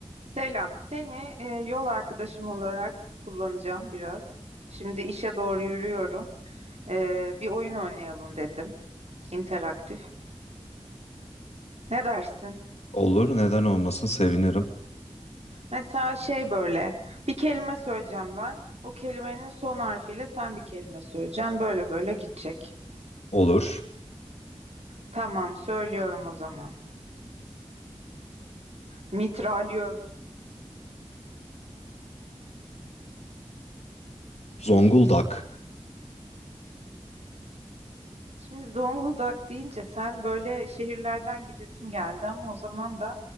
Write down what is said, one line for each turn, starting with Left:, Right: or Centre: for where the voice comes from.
Right: Selam. Seni e, yol arkadaşım olarak kullanacağım biraz. Şimdi işe doğru yürüyorum. E, bir oyun oynayalım dedim. İnteraktif. Ne dersin?
Left: Olur, neden olmasın? Sevinirim.
Right: Mesela şey böyle. Bir kelime söyleyeceğim ben. O kelimenin son harfiyle sen bir kelime söyleyeceksin. Böyle böyle gidecek.
Left: Olur.
Right: Tamam, söylüyorum o zaman. Mitralyoz.
Left: Zonguldak,
Right: Şimdi Zonguldak deyince sen böyle şehirlerden gidesim geldi ama o zaman da